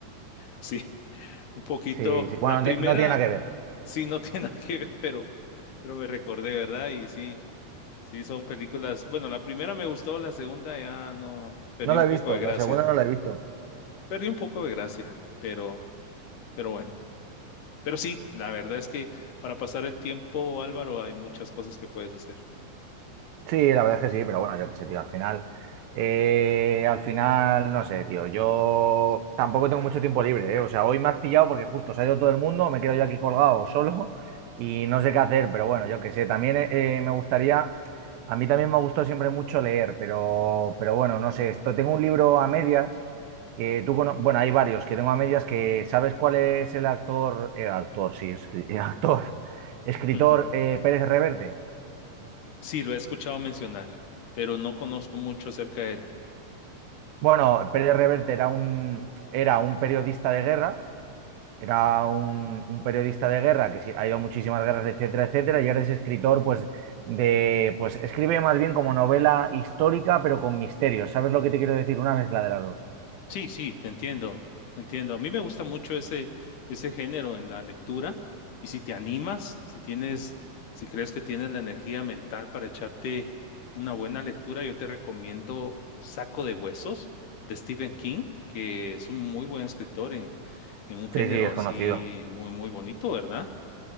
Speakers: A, on the left; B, on the right.
A: Sí, un poquito.
B: Sí, sí.
A: La
B: Bueno,
A: primera,
B: no, te- no tiene nada que ver.
A: sí, no <laughs> tiene nada que ver, pero, pero me recordé, ¿verdad? Y sí. Sí, son películas. Bueno, la primera me gustó, la segunda ya no, perdí
B: No la
A: un
B: he
A: poco
B: visto.
A: de gracia.
B: La segunda no la he visto.
A: Perdí un poco de gracia, pero, pero bueno. Pero sí, la verdad es que para pasar el tiempo, Álvaro, hay muchas cosas que puedes hacer.
B: Sí, la verdad es que sí, pero bueno, yo qué sé, tío, al final, eh, al final, no sé, tío, yo tampoco tengo mucho tiempo libre, ¿eh? O sea, hoy me has pillado porque justo se ha ido todo el mundo, me quedo yo aquí colgado solo y no sé qué hacer, pero bueno, yo qué sé, también eh, me gustaría, a mí también me ha gustado siempre mucho leer, pero, pero bueno, no sé, esto, tengo un libro a medias que tú cono- bueno, hay varios que tengo a medias que, ¿sabes cuál es el actor, el actor, sí, escri- <laughs> actor, escritor
A: <laughs>
B: eh, Pérez Reverte?
A: Sí, lo he escuchado mencionar, pero no conozco mucho acerca de él.
B: Bueno, Pérez Reverte era un, era un periodista de guerra, era un, un periodista de guerra que sí, ha ido a muchísimas guerras, etcétera, etcétera, y ahora es escritor, pues, de, pues escribe más bien como novela histórica, pero con misterios. ¿Sabes lo que te quiero decir? Una mezcla de las dos.
A: Sí, sí, te entiendo, te entiendo. A mí me gusta mucho ese, ese género en la lectura y si te animas, si tienes, si crees que tienes la energía mental para echarte una buena lectura, yo te recomiendo O Saco de Huesos de Stephen King, que es un muy buen escritor en, en un género
B: Sí, sí, es
A: así
B: conocido.
A: muy, muy bonito, ¿verdad?